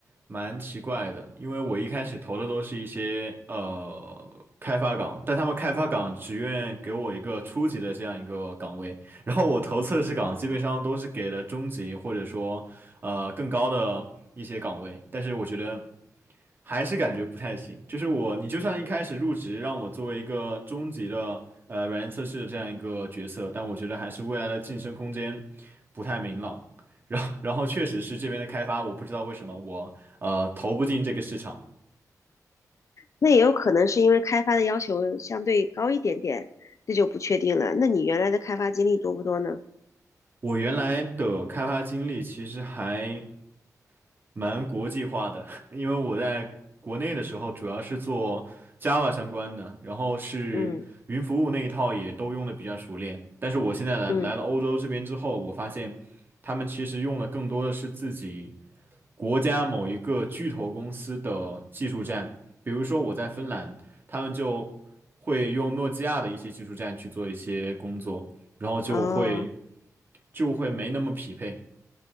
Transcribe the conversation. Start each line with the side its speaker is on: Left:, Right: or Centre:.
Right: 蛮奇怪的，因为我一开始投的都是一些呃开发岗，但他们开发岗只愿给我一个初级的这样一个岗位，然后我投测试岗基本上都是给了中级或者说呃更高的一些岗位，但是我觉得还是感觉不太行。就是我，你就算一开始入职让我作为一个中级的呃软件测试的这样一个角色，但我觉得还是未来的晋升空间不太明朗。然后，然后确实是这边的开发，我不知道为什么我呃投不进这个市场。
Left: 那也有可能是因为开发的要求相对高一点点，这就不确定了。那你原来的开发经历多不多呢？
Right: 我原来的开发经历其实还蛮国际化的，<laughs> 因为我在国内的时候主要是做 Java 相关的，然后是云服务那一套也都用的比较熟练。
Left: 嗯
Right: 但是我现在来来了欧洲这边之后，
Left: 嗯，
Right: 我发现他们其实用的更多的是自己国家某一个巨头公司的技术栈，比如说我在芬兰，他们就会用诺基亚的一些技术栈去做一些工作，然后就会
Left: 哦。
Right: 就会没那么匹配。